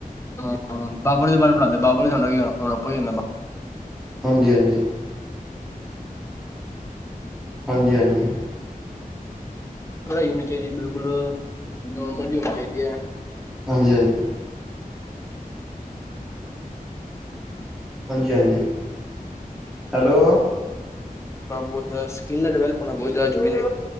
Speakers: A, on the left (about 20°); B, in the centre.
A: ਹਾਂ ਬਾਬਰ ਦੇ ਬਾਰੇ ਪੜ੍ਹਾਂਦੇ ਬਾਬਰ <unintelligible> ਸਾਡੇ ਨੌਕਰੀ ਦਿੰਦਾ
B: ਹਾਂਜੀ, ਹਾਂਜੀ ਹਾਂਜੀ, ਹਾਂਜੀ
A: ਪੜਾਈ ਹੋਣੀ ਚਾਈਦੀ ਏ ਬਿਲਕੁਲ ਨੋਰਮਲ ਜੀ ਹੋਣੀ ਚਾਈਦੀ ਐ।
B: ਹਾਂਜੀ, ਹਾਂਜੀ ਹਾਂਜੀ, ਹਾਂਜੀ ਹੈਲੋ?
A: ਬੌਤ ਜ਼ਿਆਦਾ ਸਕਿਲ ਦਾ ਡਵੈਲਪ ਹੋਣਾ ਬੌਤ ਜ਼ਿਆਦਾ ਜ਼ਰੂਰੀ ਏ।